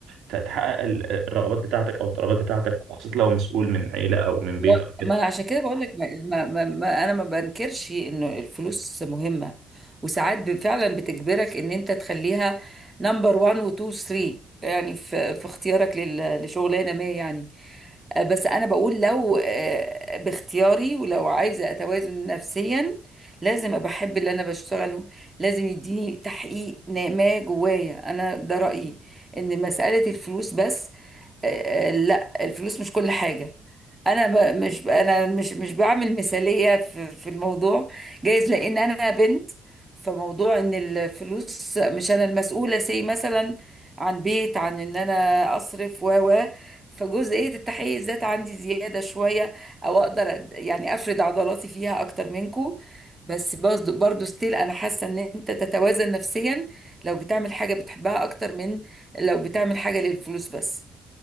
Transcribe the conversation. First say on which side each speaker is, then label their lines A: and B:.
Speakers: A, on the right; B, on the right.
A: ت- تحقق ال- الرغبات بتاعتك أو الطلبات بتاعتك وخاصة لو مسؤول من عيلة أو من بيت
B: هو-
A: أو كده
B: ما عشان كده بقول لك ما ما ما ما- انا ما بنكرش انه الفلوس مهمه وساعات ب- فعلا بتجبرك ان انت تخليها نمبر 1 و 2 و 3 يعني في في اختيارك لل- لشغلانه ما يعني آه، بس انا بقول لو آه، باختياري ولو عايزه اتوازن نفسيا لازم ابقى احب اللي انا بشتغله لازم يديني تحقيق نا- ما جوايا انا ده رايي ان مساله الفلوس بس آه، آه، لا الفلوس مش كل حاجة انا ب... مش انا مش مش بعمل مثالية في في الموضوع جايز لان انا بنت فموضوع ان الفلوس مش انا المسؤولة سي مثلا عن بيت عن ان انا اصرف و و فجزئية التحيز ذات عندي زيادة شوية او اقدر أد- يعني افرد عضلاتي فيها اكتر منكو بس برضو برضو ستيل انا حاسة ان انت تتوازن نفسيا لو بتعمل حاجة بتحبها اكتر من لو بتعمل حاجة للفلوس بس